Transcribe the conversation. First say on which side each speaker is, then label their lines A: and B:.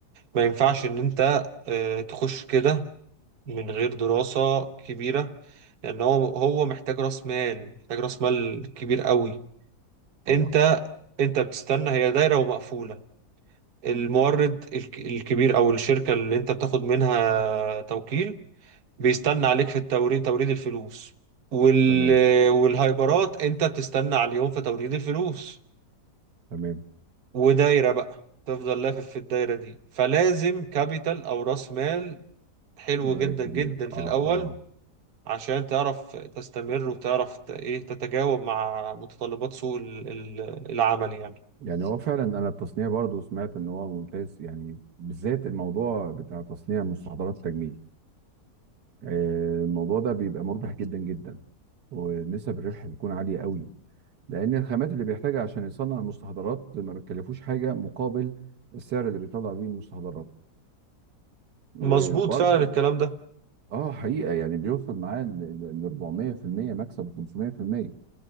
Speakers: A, on the right (about 60°); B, on the right (about 80°).
A: ما ينفعش إن أنت آه، تخش كده من غير دراسة كبيرة لأن هو هو محتاج رأس مال محتاج رأس مال كبير قوي
B: طبعا
A: انت انت بتستنى هي دايرة ومقفولة المورد الك- الكبير او الشركة اللي انت بتاخد منها توكيل بيستنى عليك في التوريد توريد الفلوس وال...
B: تمام
A: والهايبرات انت بتستنى على اليوم في توريد الفلوس
B: تمام
A: ودايرة بقى تفضل لافف في الدايرة دي فلازم كابيتال او راس مال حلو
B: ده
A: جدا
B: كبير
A: جدا في
B: اه
A: الاول
B: اه
A: عشان تعرف تستمر وتعرف ت- ايه تتجاوب مع متطلبات سوق ال- ال- العمل يعني
B: يعني هو فعلا انا التصنيع برضو سمعت ان هو ممتاز يعني بالذات الموضوع بتاع تصنيع مستحضرات التجميل آه الموضوع ده بيبقى مربح جدا جدا ونسب الربح بتكون عالية قوي لان الخامات اللي بيحتاجها عشان يصنع المستحضرات ما بتكلفوش حاجه مقابل السعر اللي بيطلع بيه المستحضرات وبرضو
A: مظبوط فعلا الكلام ده
B: اه حقيقه يعني بيوصل معاه ل ل- 400% مكسب و500%